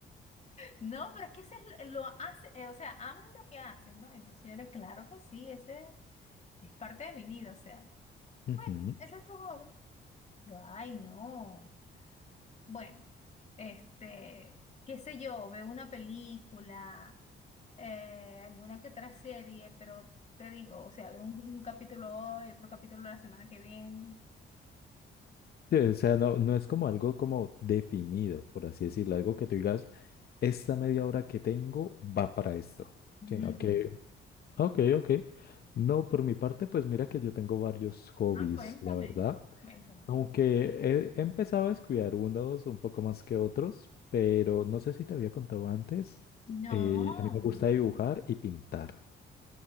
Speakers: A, on the left; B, on the left.
A: No, pero es que ese es lo hace, eh, o sea, amas lo que haces, ¿no? Entonces yo le, claro que sí, ese es parte de mi vida, o sea,
B: Ujú.
A: bueno, ese es tu hobby. Yo, ay, no. Bueno, este, qué sé yo, veo una película, eh, alguna que otra serie, pero te digo, o sea, veo un, un capítulo hoy, otro capítulo la semana que viene.
B: Sí, o sea, no, no es como algo como definido, por así decirlo, algo que tú digas, esta media hora que tengo va para esto,
A: <laughs>
B: sino que, ok, ok. No, por mi parte, pues mira que yo tengo varios hobbies,
A: Ah, cuéntame,
B: la verdad.
A: cuéntame.
B: Aunque he, he empezado a descuidar unos un poco más que otros, pero no sé si te había contado antes,
A: No.
B: eh, a mí me gusta dibujar y pintar.